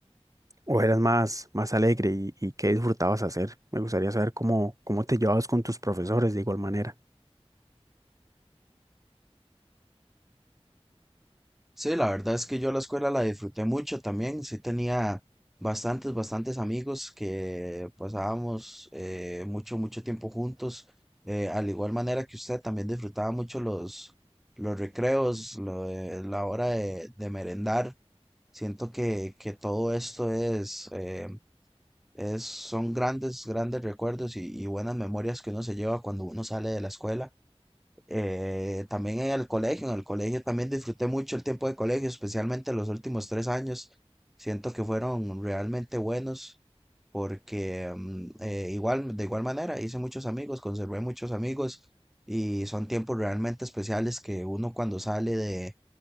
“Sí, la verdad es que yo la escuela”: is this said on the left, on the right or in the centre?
Centre